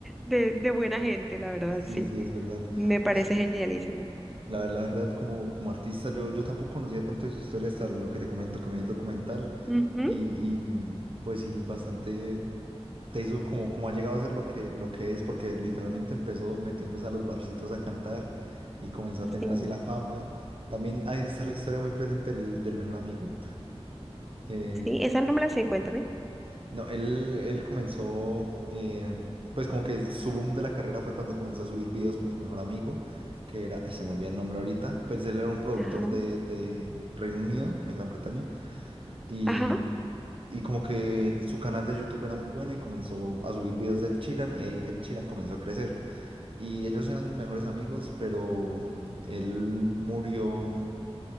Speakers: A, in the centre; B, on the right (about 55°).
A: de, de buena gente, la verdad,
B: Sí,
A: sí.
B: sí, es verdad.
A: Me parece
B: No, sí,
A: genialísimo.
B: La, la verdad, como, como artista, yo, yo tampoco conocía tanto de su historia hasta lo que te comento que me vi el documental
A: Ujú,
B: y, y, mm, pues sí, bastante teso como, como ha llegado a ser lo que, lo que es, porque literalmente empezó metiéndose a los barcitos a cantar y comenzó a tener
A: Sí.
B: así la fama. También ahí está la historia muy presente del, del mejor amigo. eh,
A: Sí, esa no me la sé, cuéntame.
B: no, él, él comenzó, eh, pues como que el- su boom de la carrera fue cuando comenzó a subir videos con su mejor amigo, que era, ay, se me olvida el nombre ahorita, pero él era un productor
A: Ajá,
B: de, de Reino Unido, de Gran Bretaña, y,
A: ajá.
B: y como que el- su canal de YouTube era muy bueno y comenzó a subir videos de Ed Sheeran y ahí Ed Sheeran comenzó a crecer. Y ellos eran mejores amigos, pero mm, él murió